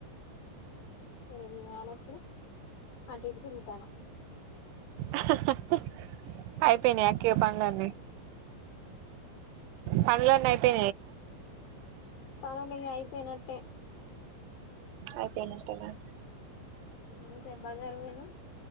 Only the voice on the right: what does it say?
అహ్హ్ అయిపోనియ కె పనులన్నీ పనులన్ నైపో
అయితేనంటనా